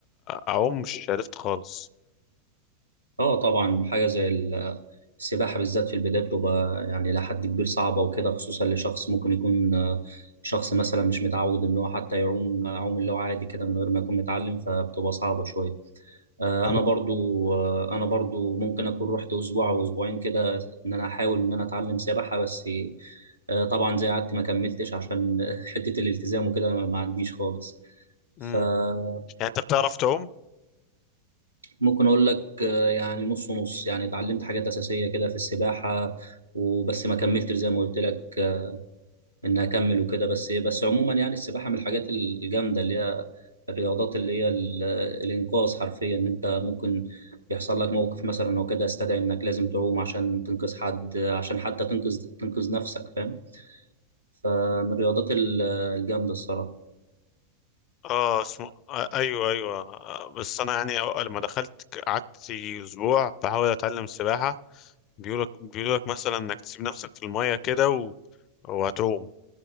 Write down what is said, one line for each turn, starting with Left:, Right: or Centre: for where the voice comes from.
Left: اعوم مش عرفت خالص
Right: أه طبعا حاجة زي ال- السباحة بالذات في البداية بتبقى يعني إلى حد كبير صعبة وكده خصوصا لشخص ممكن يكون آه، شخص مثلا مش متعود إن هو حتى يعوم يعوم اللي هو عادي كده من غير ما يكون متعلم فبتبقى صعبة شوية. آه،
Left: آه.
Right: انا برضو آه، انا برضو ممكن اكون رحت اسبوع او اسبوعين كده ان انا احاول ان انا اتعلم سباحه بس آه، طبعا زي قعدت ما كملتش عشان <laughs> حته الالتزام وكده ما عنديش خالص
Left: امم
Right: فممكن
Left: يعني انت بتعرف تعوم
Right: اقول لك آه، يعني نص ونص يعني اتعلمت حاجات اساسيه كده في السباحه وبس ما كملتش زي ما قلت لك ان اكمل وكده بس بس عموما يعني السباحه من الحاجات الجامده اللي هي الرياضات اللي هي ال- الانقاذ حرفيا ان انت ممكن يحصل لك موقف مثلا او كده يستدعي انك لازم تعوم عشان تنقذ حد عشان حتى تنقذ تنقذ نفسك فاهم فمن الرياضات ال- الجامده الصراحه
Left: اه اسمه آه ايوه ايوه آه بس انا يعني أو- لما دخلت ك- قعدت اسبوع بحاول اتعلم سباحه بيقولك بيقولك مثلا انك تسيب نفسك في الميه كده و... وهتعوم